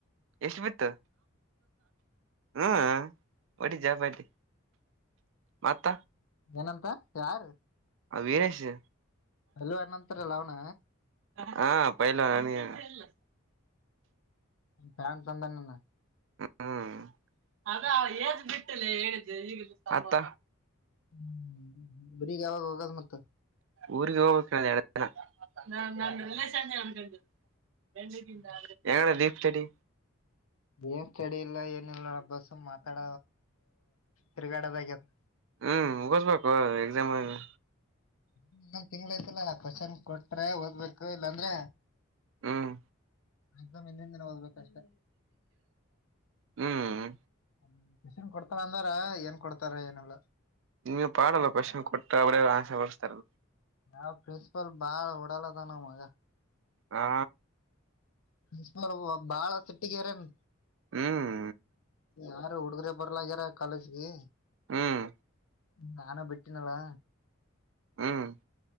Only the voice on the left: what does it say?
ಏನಂತ ಯಾರ್.
ಪೈಲ್ವಾನಂತರಲ್ಲ ಅವನ.
ಥ್ಯಾಂಕ್ಸ್ ಅಂದಾನನ.
ಹ್ಮ್ ಬಿಡಿಗ್ ಯಾವಾಗ ಹೋಗದು ಮತ್ತ.
ಎರಡ್ ದಿನ
ಏನ್ ಸ್ಟಡಿ ಇಲ್ಲ ಏನಿಲ್ಲ ಅಬ್ಬಾ ಸುಮ್ ಮಾತಾಡ ತಿರುಗಾಡದಾಗ್ಯದ್.
ಇನ್ನೊಂದ್ ತಿಂಗ್ಳ್ ಅಯ್ತಲ್ಲ ಕೊಷನ್ ಕೊಟ್ಟ್ ಟ್ರೇ ಓದ್ಬೇಕು ಇಲ್ಲಾಂದ್ರೆ
ಎಕ್ಸಾಮ್ ಹಿಂದಿನ್ ದಿನ ಓದ್ಬೇಕಷ್ಟೆ
ಹ್ಮ್. ಕೊಷನ್ ಕೊಡ್ತನಿ ಅಂದರ ಏನ್ ಕೊಡ್ತಾರ ಏನಲ್ಲ.
ಯಾವ್ ಪ್ರಿನ್ಸಿಪಲ್ ಬಾಳ್ ಉಡಾಲದನವ ಮಗ.
ಪ್ರಿನ್ಸಿಪಲ್ ಬಾಳ ಸಿಟ್ಟಿಗೆರನ್.
ಯಾರು ಹುಡುಗರೆ ಬರ್ಲಾಗ್ಯಾರ ಕಾಲೇಜ್ಗೆ.
ನಾನು ಬಿಟ್ಟಿನಲ್ಲ.